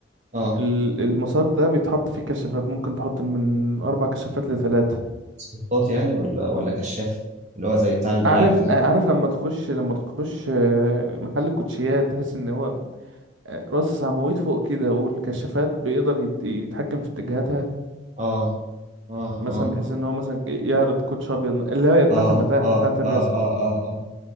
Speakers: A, on the right; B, on the right.
A: اه
B: ال- المسار ده بيتحط فيه كشافات ممكن تحط من اربع كشافات لثلاثه
A: سبوتات يعني ولا ولا كشاف اللي هو زي بتاع الملاعب
B: عارف
A: كده
B: آه، عارف لما تخش لما تخش آه، محل الكوتشيات تحس ان هو آه، راس عواميد فوق كده والكشافات بيقدر يت- يتحكم في اتجاهاتها
A: اه اه
B: مثلا
A: اه
B: بحيث
A: آه.
B: ان هو مثلا يعرض كوتش ابيض اللي هي بتاعه
A: اه
B: المتاحف
A: اه
B: بتاعه الرسم
A: اه اه اه اه